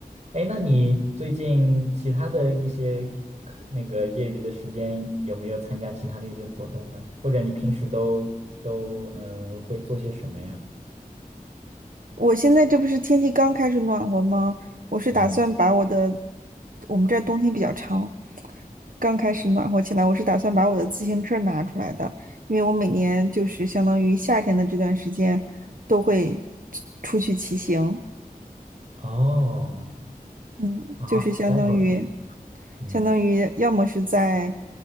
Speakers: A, on the right; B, on the right.
A: 哎，那你最近其他的一些课那个业余的时间有没有参加其他的一些活动呢？或者你平时都都嗯会做些什么呀？
B: 我现在这不是天气刚开始暖和吗？我是打算把我的，
A: 嗯，
B: 我们这儿冬天比较长，刚开始暖和起来，我是打算把我的自行车拿出来的，因为我每年就是相当于夏天的这段时间都会出去骑行。
A: 哦，
B: 嗯，
A: 啊，cycling，
B: 就是相当于，
A: 嗯
B: 相当于要么是在，